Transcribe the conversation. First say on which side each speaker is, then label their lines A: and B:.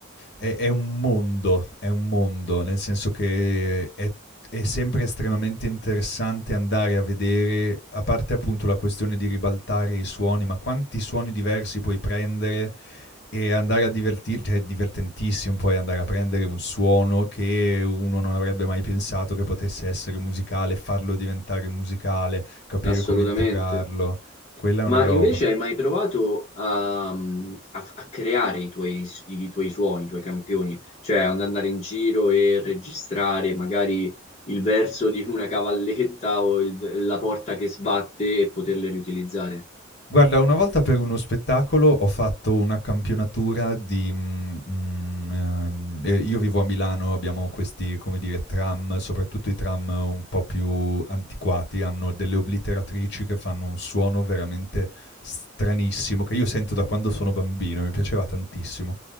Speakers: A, on the left; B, on the left.
A: è è un mondo, è un mondo, nel senso che è è sempre estremamente interessante andare a vedere, a parte appunto la questione di ribaltare i suoni, ma quanti suoni diversi puoi prendere e andare a divertirti, è divertentissimo poi andare a prendere un suono che uno non avrebbe mai pensato che potesse essere musicale, farlo diventare musicale, capire
B: assolutamente.
A: come integrarlo. Quella è
B: Ma
A: una roba.
B: invece hai mai provato a, a- a creare i tuoi, i tuoi suoni, i tuoi campioni? Cioè ad andare in giro e registrare magari il verso di una cavalletta o il- la porta che sbatte e poterle riutilizzare?
A: Guarda, una volta per uno spettacolo ho fatto una campionatura di, mhmm, mhmm, ehm, ehm, io vivo a Milano, abbiamo questi, come dire, tram, soprattutto i tram un po' più antiquati, hanno delle obliteratrici che fanno un suono veramente stranissimo, che io sento da quando sono bambino, mi piaceva tantissimo.